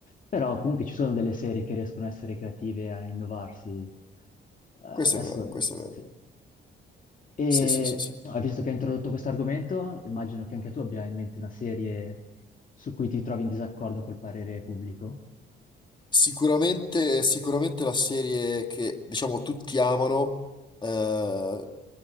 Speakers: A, on the left; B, on the left.
A: Però comunque ci sono delle serie che riescono a essere creative, a innovarsi. Eh, adesso...
B: questo è vero, questo è vero.
A: sì. E
B: Sì, sì, sì, sì.
A: ah, visto che hai introdotto questo argomento, immagino che anche tu abbia in mente una serie su cui ti trovi in disaccordo col parere pubblico.
B: Sicuramente, sicuramente la serie che diciamo tutti amano, eh,